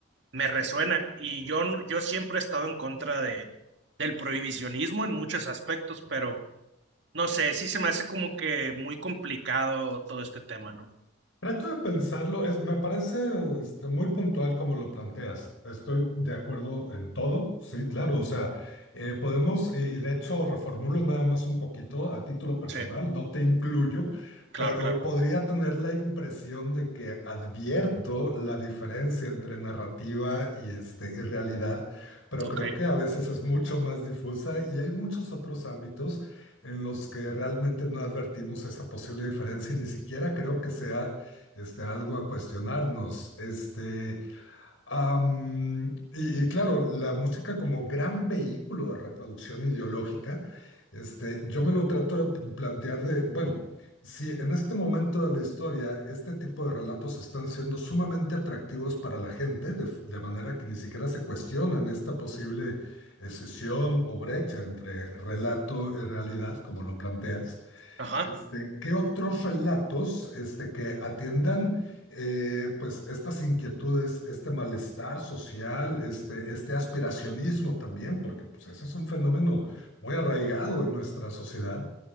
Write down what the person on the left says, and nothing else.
Trato de pensarlo, es, me parece este, muy puntual como lo planteas. Estoy de acuerdo en todo, sí, claro, o sea, eh, podemos, y, y de hecho reformulo nada más un poquito a título personal,
no te incluyo,
pero
podría tener la impresión de que advierto la diferencia entre narrativa y, este, y realidad, pero
creo que a veces es mucho más difusa y hay muchos otros ámbitos en los que realmente no advertimos esa posible diferencia y ni siquiera creo que sea este, algo a cuestionarnos. Este, am, y, y claro, la música como gran vehículo de reproducción ideológica, este, yo me lo trato de plantear de, bueno, si en este momento de la historia este tipo de relatos están siendo sumamente atractivos para la gente, de, de manera que ni siquiera se cuestionan esta posible escisión o brecha entre relato y realidad, como lo planteas.
Este, ¿qué otros relatos este, que atiendan eh, pues estas inquietudes, este malestar social, este, este aspiracionismo también, porque pues ese es un fenómeno muy arraigado en nuestra sociedad?